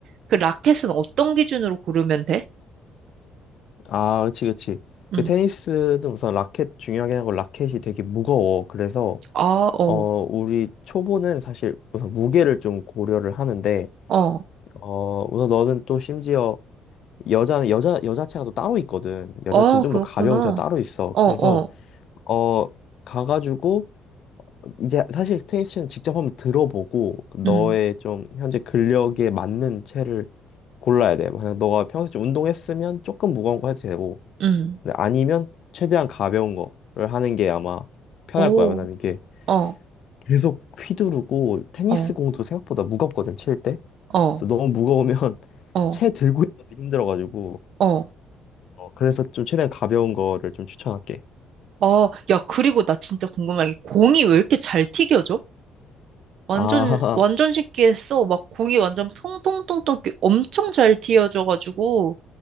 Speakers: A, on the right; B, on the left.
A: 그 라켓은 어떤 기준으로 고르면 돼?
B: 아, 그치, 그치.
A: 음.
B: 그 테니스는 우선 라켓 중요하긴 하고 라켓이 되게 무거워. 그래서
A: 아, 어,
B: 어 우리 초보는 사실 우선 무게를 좀 고려를 하는데
A: 어.
B: 어 우선 너는 또 심지어 여자는 여자 여자체가 또 따로 있거든. 여자체는
A: 아,
B: 좀
A: 그렇구나.
B: 더 가벼운 체가 따로 있어.
A: 어어.
B: 그래서 어 가가지고 이제 사실 스테이션 직접 한번 들어보고 너의
A: 음,
B: 좀 현재 근력에 맞는 채를 골라야 돼. 만약 너가 평소에 좀 운동했으면 조금 무거운 거 해도 되고
A: 음,
B: 근데 아니면 최대한 가벼운 거를 하는 게 아마 편할
A: 오,
B: 거야. 왜냐면 이게
A: 어,
B: 계속 휘두르고 테니스
A: 어,
B: 공도 생각보다 무겁거든 칠 때.
A: 어,
B: 그래서 너무 무거우면 <laughs>
A: 어,
B: 채 들고 있는 것도 힘들어가지고
A: 어,
B: 어, 그래서 좀 최대한 가벼운 거를 좀 추천할게.
A: 어, 야, 그리고 나 진짜 궁금한 게 공이 왜 이렇게 잘 튀겨져? 완전,
B: 아
A: 완전 쉽게 했어. 막 공이 완전 통통통통 이렇게 엄청 잘 튀어져가지고,